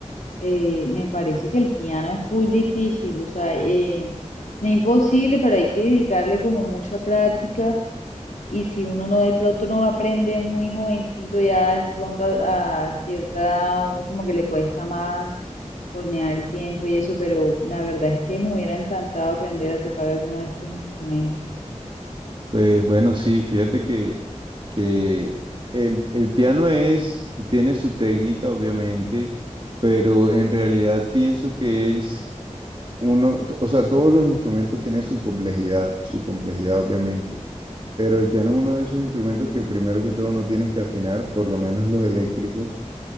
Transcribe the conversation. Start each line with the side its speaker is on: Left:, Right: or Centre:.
Left: eh, me parece que el piano es full difícil, o sea, eh, no es imposible, pero hay que dedicarle como mucha práctica Y si uno no de pronto no lo aprende muy jovencito, ya de pronto a, a cierta edad uno como que le cuesta más hornear el tiempo y eso, pero la verdad es que me hubiera encantado aprender a tocar alguno de estos instrumentos.
Right: Pues bueno, sí, fíjate que, que el, el piano es, tiene su técnica, obviamente, pero en realidad pienso que es uno, t- o sea, todos los instrumentos tienen su complejidad, su complejidad, obviamente, pero
Left: <laughs>
Right: el piano es uno de esos instrumentos que primero que todo no tienes que afinar, por lo menos los eléctricos,